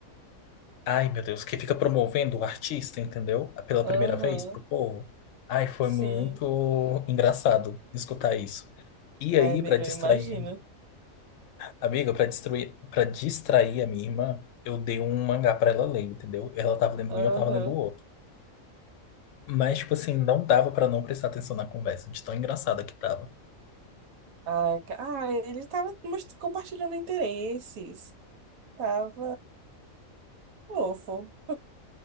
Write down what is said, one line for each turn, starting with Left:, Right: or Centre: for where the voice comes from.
Left: Ai, meu Deus, que fica promovendo o artista, entendeu? Pela
Right: Aham.
Left: primeira vez pro povo. Ai, foi
Right: Sim.
Left: muito engraçado escutar isso. E
Right: Ai,
Left: aí,
Right: amiga,
Left: pra distrair,
Right: eu imagino.
Left: amiga, pra destruir, para distrair a minha irmã, eu dei um mangá pra ela ler, entendeu? Ela tava lendo
Right: Aham.
Left: um e eu tava lendo o outro. Mas, tipo assim, não dava pra não prestar atenção na conversa, de tão engraçada que tava.
Right: Ai, ca- ai, ele tava most- compartilhando interesses. Tava fofo.